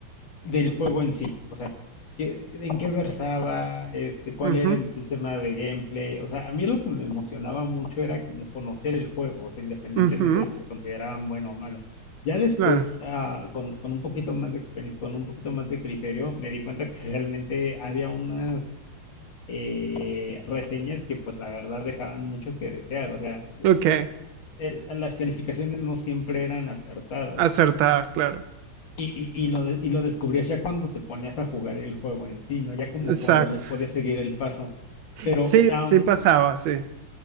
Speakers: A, on the left (about 65°); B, on the right (about 75°).
A: del juego en sí, o sea, qué- en qué versaba, este, cuál
B: Ujú,
A: era el sistema de gameplay, o sea, a mí lo que me emocionaba mucho era como conocer el juego, o sea, independientemente
B: ujú,
A: de si lo consideraban bueno o malo. Ya después,
B: claro.
A: ah, con, con un poquito más de experiencia, con un poquito más de criterio, me di cuenta que <laughs> realmente había unas eh, reseñas que pues la verdad dejaban mucho que desear, o sea,
B: Ok,
A: el- las calificaciones no siempre eran acertadas.
B: acertada, claro.
A: Y, y- y lo de- y lo descubrías ya cuando te ponías a jugar el juego en sí, ¿no? Ya como
B: Exacto.
A: cuando les podías seguir el paso. Pero,
B: Sí,
A: am,
B: sí pasaba, sí.